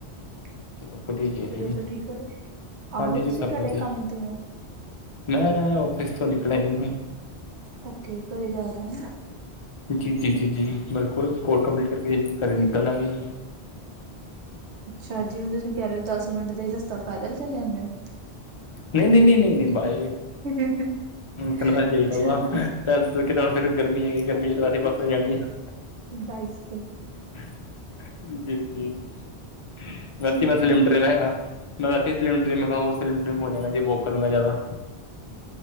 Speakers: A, on the right (about 80°); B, on the left (about 40°).
A: ਤੁਸੀਂ
B: ਚਲੋ ਵਧੀਆ ਚਾਹੀਦਾ
A: ਦੱਸੋ
B: ਜੀ
A: ਠੀਕ ਹੋ ਜੇ
B: ਹਾਂਜੀ
A: ਆਗੇ
B: ਹਾਂਜੀ
A: ਤੁਸੀਂ
B: ਸਭ
A: ਘਰੇ
B: ਵਧੀਆ
A: ਕੰਮ ਤੇ ਹੋ।
B: ਮੈਂ ਆਫਿਸ ਤੋਂ ਨਿਕਲਿਆ ਸੀ ਹੁਣ।
A: ਓਕੇ ਘਰੇ ਜਾ ਰਹੇ ਹੋ ਨਾ।
B: ਜੀ- ਜੀ ਜੀ- ਜੀ ਬਿਲਕੁਲ ਕੋਲ ਕੰਪਲੀਟ ਕਰਕੇ ਘਰ ਨਿਕਲ ਜਾਗੇ ਜੀ
A: ਅੱਛਾ। ਜਿਵੇਂ ਤੁਸੀਂ ਕਹਿ ਰਹੇ ਹੋ ਦਸ ਮਿੰਟ ਦਾ ਹੀ ਰਸਤਾ ਪੈਦਲ ਚਲੇ ਜਾਂਦੇ ਹੋ।
B: ਨਹੀਂ- ਨਹੀਂ, ਨਹੀਂ ਨਹੀਂ, ਨਹੀਂ ਬਾਈ
A: <inaudible>
B: ਰੱਖਣਾ ਚਾਹੀਦਾ
A: ਅੱਛਾ,
B: ਵਾ ਪੈਲੈਸ ਫਿਰ ਗਰਮੀ ਹੈਗੀ ਗਰਮੀ ਜਦੋਂ ਵਾਪਸ ਬੱਸ ਜਾਣੀ ਆ।
A: ਬਾਈਕਸ ਤੇ
B: <inaudible>
A: ਠੀਕ ਹੈ।
B: <inaudible>